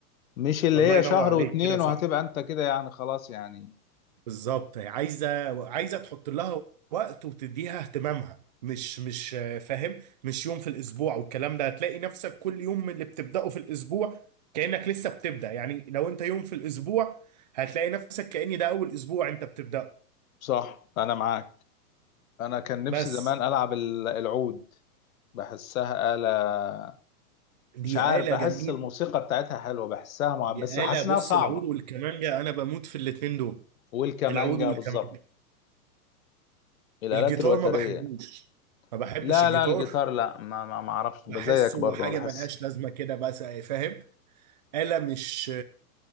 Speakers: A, on the left (about 60°); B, on the right (about 30°).
A: مش اللي
B: الله
A: هي
B: ينور
A: شهر
B: عليك
A: واتنين
B: كده صح
A: وهتبقى انت كده يعني خلاص يعني
B: بالظبط عايزه عايزه تحط لها وقت وتديها اهتمامها مش مش آه، فاهم مش يوم في الاسبوع والكلام ده هتلاقي نفسك كل يوم من اللي بتبداه في الاسبوع كانك لسه بتبدا يعني لو انت يوم في الاسبوع هتلاقي نفسك كأن ده اول اسبوع انت بتبداه
A: صح انا معاك انا كان نفسي
B: بس
A: زمان العب ال- العود بحسها آلة
B: دي
A: مش عارف
B: آلة
A: بحس
B: جميلة
A: الموسيقى بتاعتها حلوة بحسها مع...
B: دي
A: بس بحس
B: آلة بص
A: إنها صعبة
B: العود والكمانجة انا بموت في الاتنين دول
A: والكمانجا
B: العود والكمانجة
A: بالظبط الآلات
B: الجيتار
A: الوترية
B: ما بحبوش ما بحبش
A: لا
B: الجيتار
A: لا الجيتار لا ما ما, ما أعرفش
B: بحسه
A: بزيك برضه
B: حاجة
A: ما بحس
B: ملهاش لازمة كده بس فاهم آلة مش